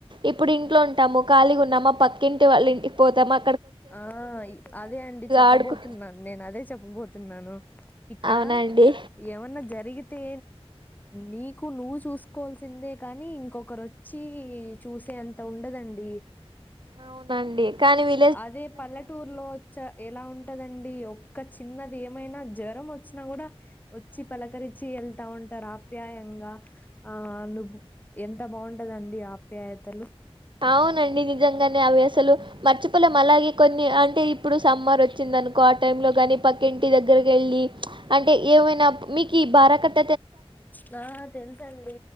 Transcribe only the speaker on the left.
ఆ అదే అండి చెప్పబోతున్నాను
నేను అదే చెప్పబోతున్నాను ఇక్కడ
ఏమన్నా జరిగితే నీకు నువ్వు చూసుకోవాల్సిందే కాని ఇంకొకరు వచ్చి చూసే అంత ఉండదండి
అదే పల్లెటూరులో వచ్చా ఎలా ఉంటదండి ఒక్క చిన్నది ఏమైనా జ్వరం వచ్చినా కూడా వచ్చి పలకరించి వెళ్తా ఉంటారు ఆప్యాయంగా. ఆ నువ్వు ఎంత బాగుంటదండి ఆప్యాయతలు
నా తెలుసండి